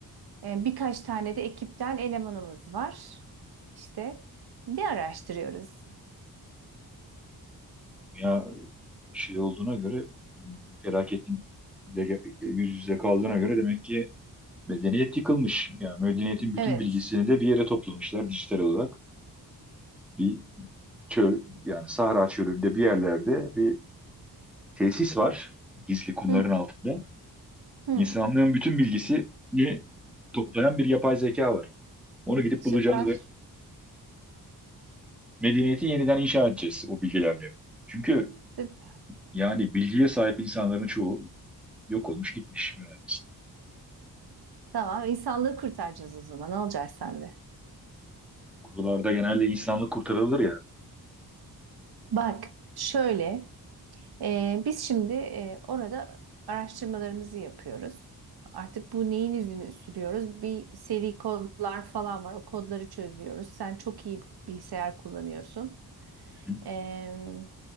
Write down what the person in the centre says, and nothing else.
Ya şey olduğuna göre felaketin de ge- yüz yüze kaldığına göre demek ki medeniyet yıkılmış. Yani medeniyetin bütün
bilgisini de bir yere toplamışlar dijital olarak. Bir çöl yani Sahra çölünde bir yerlerde bir tesis var gizli kumların
altında.
İnsanlığın bütün bilgisini toplayan bir yapay zeka var. Onu gidip
bulacağız ve medeniyeti yeniden inşa edeceğiz o bilgilerle. Çünkü
yani bilgiye sahip insanların çoğu Yok olmuş gitmiş mühendislik.
Kurullarda genelde insanlık kurtarılır ya.
Hı hı.